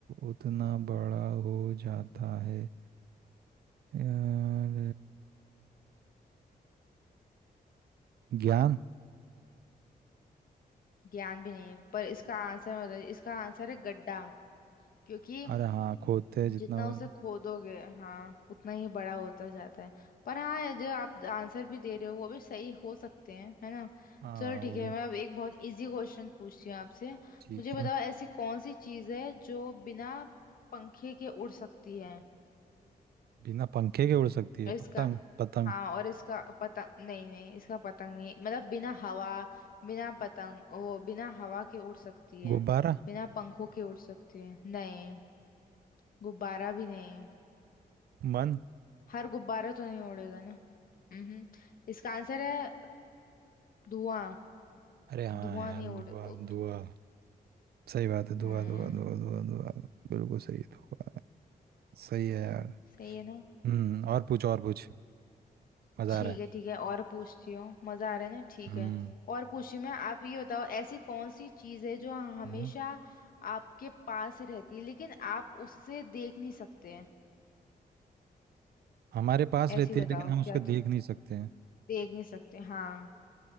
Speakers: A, on the right; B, on the left.
A: उतना बड़ा हो जाता है यार अ, ज्ञान
B: ज्ञान भी नहीं है पर इसका आंसर मैं बता इसका आंसर है गड्ढा क्योंकि
A: अरे हाँ खोदते हैं जितना
B: जितना
A: वो-
B: उसे खोदोगे हाँ उतना ही बड़ा होता जाता है पर हाँ ये जो आप आंसर भी दे रहे हो वो भी सही हो सकते हैं है ना
A: हाँ
B: चलो ठीक
A: वो
B: है
A: भी
B: मैं अब एक बहुत इजी क्वेश्चन पूछती हूँ आपसे मुझे
A: ठीक
B: बताओ
A: है
B: ऐसी कौन सी चीज़ है जो बिना पंखे के उड़ सकती है
A: बिना पंखे के उड़ सकती है
B: और इसका
A: पतंग पतंग
B: हाँ और इसका पतंग नहीं नहीं इसका पतंग नहीं मतलब बिना हवा बिना पतंग वो बिना हवा के उड़ सकती है
A: गुब्बारा
B: बिना पंखों के उड़ सकती है नहीं गुब्बारा भी नहीं
A: मन
B: हर गुब्बारा तो नहीं उड़ेगा ना हम्म इसका आंसर है धुआं
A: अरे हाँ
B: धुआं
A: यार
B: नहीं उड़
A: धुआ
B: उड़-
A: धुआ सही बात है धुआ
B: हम्म
A: धुआ धुआ धुआ धुआ बिल्कुल सही है धुआ सही है यार
B: सही है ना
A: हम्म और पूछ और पूछ मजा
B: ठीक
A: आ रहा है
B: है ठीक है और पूछती हूँ मजा आ रहा है ना ठीक
A: हम्म
B: है और पूछती हूँ मैं आप ये बताओ ऐसी कौन सी चीज है जो हमेशा
A: हम्म,
B: आपके पास रहती है लेकिन आप उससे देख नहीं सकते हैं
A: हमारे पास
B: ऐसी
A: रहती
B: बताओ
A: है लेकिन हम उसको
B: क्या चीज
A: देख नहीं सकते हैं
B: देख नहीं सकते हाँ